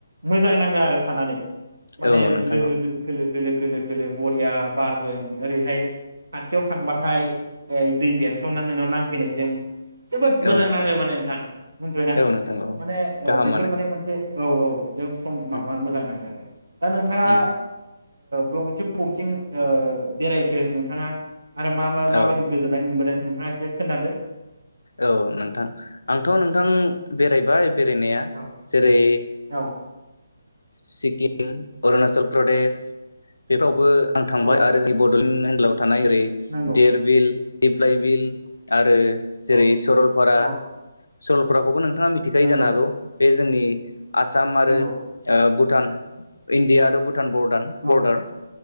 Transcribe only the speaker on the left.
औ नोंथां
औ
औ नोंथां
औ नोंथां औ
गाहामानो
उम
उम
औ
औ नोंथां आंथ' नों थां बेरायबाय बेरायनाया
जेरै
सिक्किम अरुणाचल प्रदेश बेफोरावबो आं थांबाय
आरो जों बड'लेण्ड ओनलाव थानाय ओरै
देरबिल दिप्लाइ बिल आरो
जेरै सरलपारा
सरलफाराखौबो नों थांङा मिथिखायो
जानो हागौ बे जोंनि आसाम आरो
भुटान इण्डिया आरो भुट टान बरडार